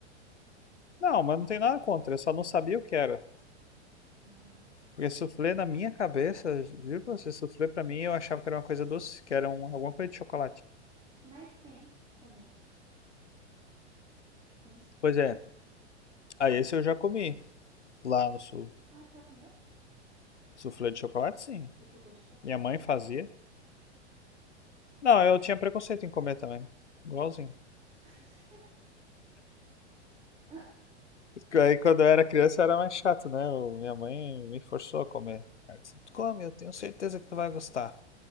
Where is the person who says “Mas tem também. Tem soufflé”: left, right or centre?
Right